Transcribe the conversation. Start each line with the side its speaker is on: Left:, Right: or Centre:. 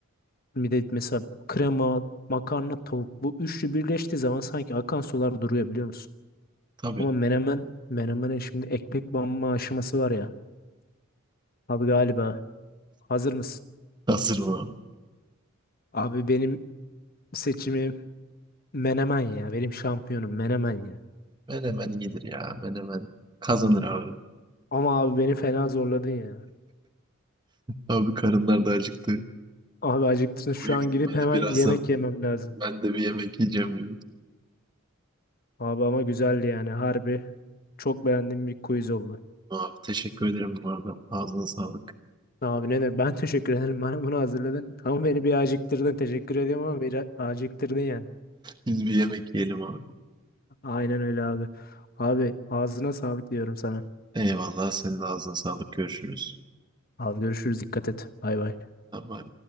Left: Bir de mesela krema, makarna, tavuk bu üçlü birleştiği zaman sanki akan sular duruyor biliyor musun?
Right: tabii.
Left: Ama menemen, menemenin şimdi ekmek banma aşaması var ya. Abi galiba hazır mısın?
Right: Hazır mı abi?
Left: Abi benim seçimim Menemen ya. Benim şampiyonum Menemen ya.
Right: Menemen iyidir ya. Menemen kazanır abi.
Left: Ama abi beni fena zorladın ya.
Right: Abi karınlar da acıktı.
Left: Abi acıktın. Şu
Right: Büyük
Left: an
Right: ihtimalle
Left: gidip hemen
Right: birazdan
Left: yemek yemem lazım.
Right: ben de bir yemek yiyeceğim gibi.
Left: Abi ama güzeldi yani. Harbi çok beğendiğim bir quiz oldu.
Right: Abi teşekkür ederim bu arada. Ağzına sağlık.
Left: Abi ne demek? Ben <laughs> teşekkür ederim. Bana bunu hazırladın. Ama beni bir acıktırdın. Teşekkür ediyorum ama beni acıktırdın yani.
Right: Biz bir yemek yiyelim abi.
Left: Aynen öyle abi. Abi ağzına sağlık diyorum sana.
Right: Eyvallah senin de ağzına sağlık. Görüşürüz.
Left: Abi görüşürüz. Dikkat et. Bay bay.
Right: Bye bye.